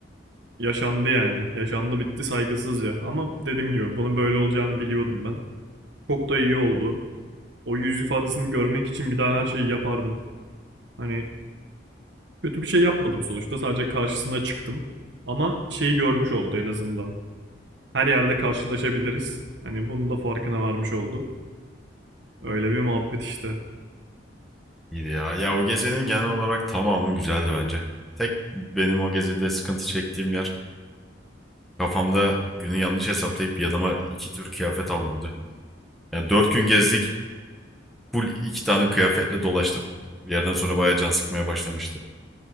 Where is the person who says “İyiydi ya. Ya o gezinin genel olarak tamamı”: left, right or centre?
Centre